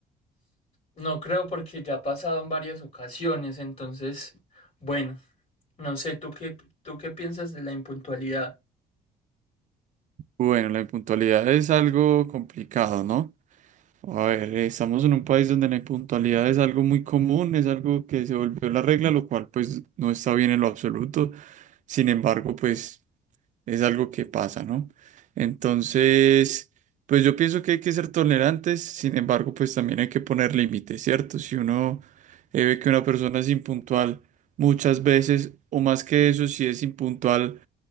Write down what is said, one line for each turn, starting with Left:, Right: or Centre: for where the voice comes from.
Left: No creo porque ya ha pasado en varias ocasiones, entonces, bueno. No sé, ¿tú qué, tú qué piensas de la impuntualidad?
Right: Bueno, la impuntualidad es algo complicado, ¿no? A ver, eh, estamos en un país donde la impuntualidad es algo muy común, es algo que se volvió la regla, lo cual pues no está bien en lo absoluto. Sin embargo, pues es algo que pasa, ¿no? Entonces, pues yo pienso que hay que ser tolerantes, sin embargo, pues también hay que poner límites, ¿cierto? Si uno eh, ve que una persona es impuntual muchas veces, o más que eso, si es impuntual